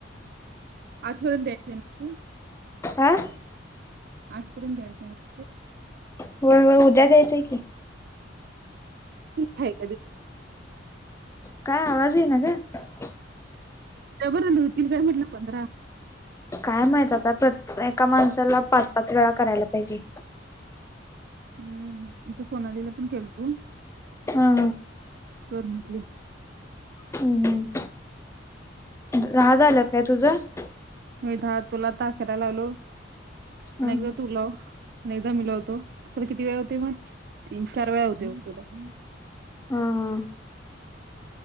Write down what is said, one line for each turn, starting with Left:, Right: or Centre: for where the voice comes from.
Right: आजपर्यंत द्यायचं आहे ना
Left: आं
Right: आजपर्यंत द्यायचं हाय
Left: होय होय उद्या द्यायच की
Right: हग अ
Left: काय आवाज ये ना ग
Right: का बर दोन तीन वेळा म्हटल चंद्रा
Left: काय माहित आता एका माणसाला पाच पाच वेळा करायला पाहिजे
Right: हम्म मी तर सोनालीला पण केलतो
Left: हा
Right: कर म्हटली
Left: हम्म <unintelligible>
Right: मी दहा तुला आता अकरा लावलो आणि
Left: ह
Right: एकदा तु लाव आणि एकदा मिलावतो त्याला किती वेळा होते मग तीन चार वेळा होतय मग तुला आता
Left: हम